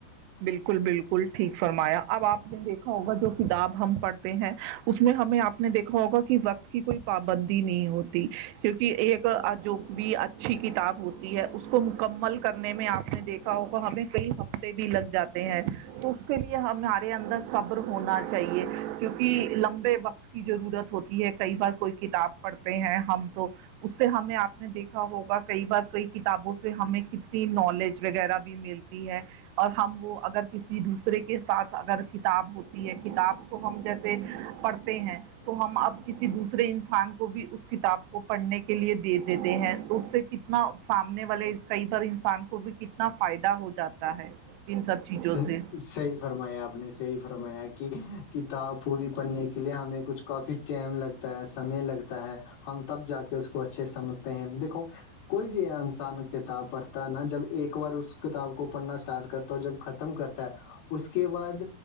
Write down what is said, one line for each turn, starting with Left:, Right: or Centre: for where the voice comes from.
Right: بالکل بالکل ٹھیک فرمایا اب آپ نے دیکھا ہوگا جو کتاب ہم پڑھتے ہیں اس میں ہمیں آپ نے دیکھا ہوگا کہ وقت کی کوئی پابندی نہیں ہوتی کیونکہ یہ ایک جو بھی ا اچھی کتاب ہوتی ہے اس کو مکمل کرنے میں آپ نے دیکھا ہوگا ہمیں کئی ہفتے بھی لگ جاتے ہیں اس کے لیے ہمارے اندر صبر ہونا چاہیے کیونکہ لمبے وقت کی ضرورت ہوتی ہے کئی بار کوئی کتاب پڑھتے ہیں ہم تو اس سے ہمیں آپ نے دیکھا ہوگا کئی بار کئی کتابوں سے ہمیں کتنی نالج وغیرہ بھی ملتی ہے اور ہم وہ اگر کسی دوسرے کے ساتھ اگر کتاب ہوتی ہے کتاب کو ہم جیسے پڑھ پ ہیں <unintelligible> تو ہم اپ کسی دوسرے انسان کو بھی اس کتاب کو پڑھنے کے لیے دے دیتے ہیں تو اس سے کتنا سامنے والے کئی بار انسان کو بھی کتنا فائدہ ہو جاتا ہے ان سب چیزوں
Left: س
Right: سے
Left: سی فرمایا آپ نے سےحی فرمایا کہ کتاب پوری پڑھنے کے لیے ہمیں کچھ کافی ٹائم لگتا سمے لگتا ہے ہم تب جا کے اس کو اچھے سمجھتے ہیں دیکھو کوئی بھی انسان کتاب پڑھتا ہے نا جب ایک بار اس کتاب کو پڑھنا اسٹارٹ کرتا ہو جب ختم کرتا ہے اس کے بعد